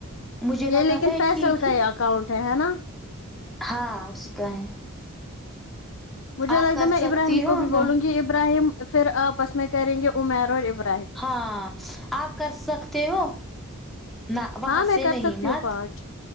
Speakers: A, in the centre; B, on the left (about 60°).
A: مجھے لگا
B: یہ لیکن
A: تھا
B: فیصل
A: ٹھیک
B: کا
A: ہی
B: یہ اکاؤنٹ ہے ہینا
A: ہاں اسی کا ہے
B: مجھے
A: آپ
B: لگتا
A: کر
B: ہے میں
A: سکتی
B: ابراہیم
A: ہو
B: کو بھی بولوں
A: نا
B: گی ابراہیم پھر آپس میں کریں گے عمیر اور ابراہ
A: ہاں آپ کر سکتے ہو نہ وہاں
B: ہاں
A: سے
B: میں کر
A: نہیں
B: سکتی
A: مت
B: ہوں پانچ